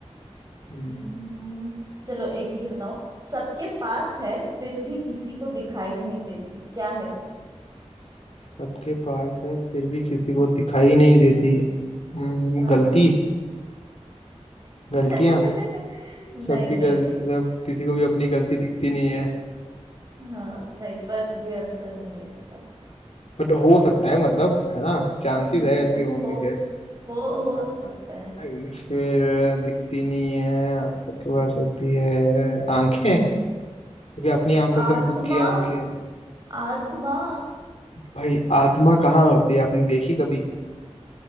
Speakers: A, on the left (about 65°); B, on the right (about 30°).
A: हम्म
B: हम्म, हम्म, हम्म। चलो एक ये बताओ सबके पास है फिर भी किसी को दिखाई नहीं देती क्या है वो
A: सबके पास है फिर भी किसी को दिखाई नहीं देती हम्म
B: हाँ
A: गलती
B: <laughs>
A: गलतियां
B: नहीं
A: सबकी
B: नहीं
A: गल
B: नहीं
A: सब किसी को भी अपनी गलती दिखती नहीं है
B: हाँ नहीं पर ये आंसर नहीं है इसका
A: बट हो सकता है मतलब है ना चांसेस
B: हम्म
A: है इसके
B: हम्म,
A: होने
B: हो
A: के
B: हो हो
A: हाँ,
B: तो सकता है
A: फिर दिखती नहीं है सबके पास होती है आंखें क्योंकि अपनी आंखों से
B: आत्मा
A: हम खुद की आंखें
B: आत्मा
A: भाई आत्मा कहाँ होती है आपने देखी कभी